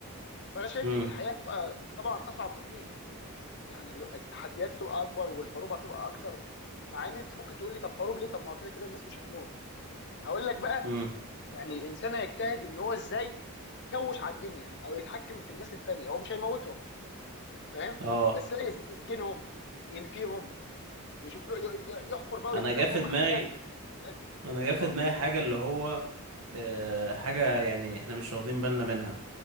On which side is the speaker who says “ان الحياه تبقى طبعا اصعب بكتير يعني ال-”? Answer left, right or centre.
Left